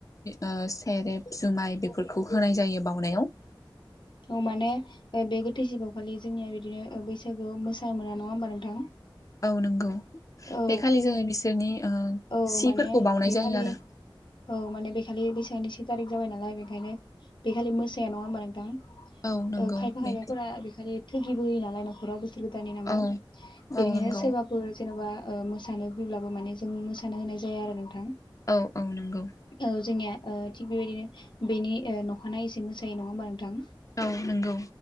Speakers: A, on the left (about 40°); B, on the left (about 65°).
A: ओ सेरेब जुमाय बेफोरखौ होनाय जायो बावनायाव।
B: औ माने ओ बे गोथैसि बावखालि जोंनिया बिदिनो ओ बैसागोआव मोसानो मोना नङा होमबा नोंथां?
A: औ नंगौ इ
B: औ
A: खालि जोङो बिसोरनि ओ
B: औ
A: सिफोरखौ
B: माने
A: बावनाय
B: बे
A: जायो
B: खालि
A: आरो।
B: औ माने बेखालि बैसागनि से थारिख जाबाय नालाय बेखायनो बेखालि मोसाया नङा होमबा नोंथां?
A: औ नंगौ
B: ओ खायफा खायफाफोरा
A: बे
B: बेखालि थैगिबो होयो नालाय न'खराव बो सोर गोदाननि नामाव
A: औ औ
B: बेनिखायनो
A: नंगौ
B: सोरबा फोर जेन'बा ओ मोसानो बुंब्लाबो माने जों मोसानो होनाय जाया आरो नोंथां।
A: औ औ नंगौ।
B: औ जोंनिया ओ थिग बेबायदिनो बेनि ओ न'खानायै सो मोसायो नङा होमबा नोंथां?
A: औ नंगौ